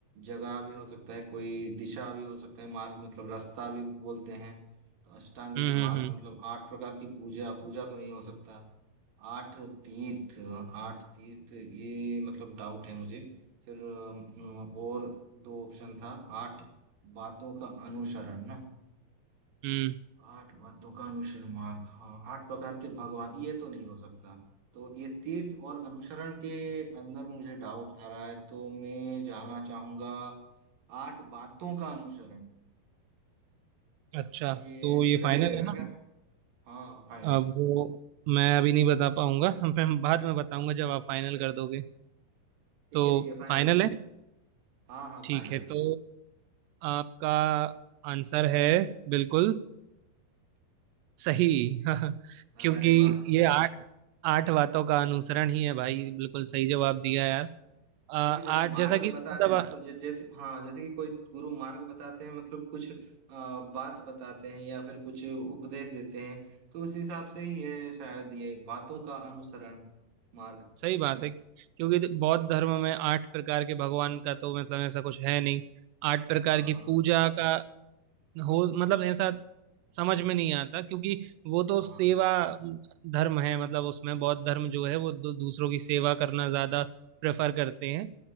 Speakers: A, on the right; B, on the right.
A: जगह भी हो सकता है कोई दिशा भी हो सकता है मार्ग मतलब रास्ता भी बोलते हैं तो अष्टांगिक
B: हम्म हम्म
A: मार्ग
B: हम्म
A: मतलब आठ प्रकार की पूजा पूजा तो नहीं हो सकता आठ तीर्थ आठ तीर्थ ये मतलब डाउट है मुझे फिर अम, और दो ऑप्शन था आठ बातों का अनुसरण ना
B: हम्म।
A: आठ बातों का अनुसरण मार्ग हाँ आठ प्रकार के भगवान ये तो नहीं हो सकता तो ये तीर्थ और अनुसरण के अंदर मुझे डाउट आ रहा है तो मैं जाना चाहूंगा आठ बातों का अनुसरण
B: अच्छा
A: ये
B: तो ये
A: सही
B: फाइनल
A: रहेगा
B: है ना
A: क्या हाँ फाइनल
B: अब वो मैं अभी नहीं बता पाऊंगा <laughs> मैं बाद में बताऊंगा जब आप फाइनल कर दोगे
A: ठीक
B: तो
A: है ठीक है फाइनल
B: फाइनल
A: है
B: है
A: हाँ हाँ
B: ठीक
A: फाइनल
B: है तो आपका आंसर है बिल्कुल सही <laughs>
A: है
B: क्योंकि
A: अरे वाह
B: ये आठ आठ बातों का अनुसरण ही है भाई बिल्कुल सही जवाब दिया यार आ, आठ
A: क्योंकि देखो मार्ग
B: जैसा कि
A: बता
B: मतलब
A: रहे हैं ना तो जै, जैसे हाँ जैसे कि कोई गुरु मार्ग बताते हैं मतलब कुछ आ, बात बताते हैं या फिर कुछ उपदेश देते हैं तो उस हिसाब से ही है शायद ये बातों का अनुसरण मार्ग
B: सही बात है क्योंकि जो बौद्ध धर्म में आठ प्रकार के भगवान का तो मतलब ऐसा कुछ है नहीं आठ प्रकार
A: हाँ
B: की
A: हाँ
B: पूजा का हो मतलब ऐसा समझ में नहीं आता क्योंकि वो
A: हाँ
B: तो सेवा
A: हाँ
B: धर्म है मतलब उसमें बौद्ध धर्म जो है वो दू- दूसरों की सेवा करना ज्यादा प्रेफर करते हैं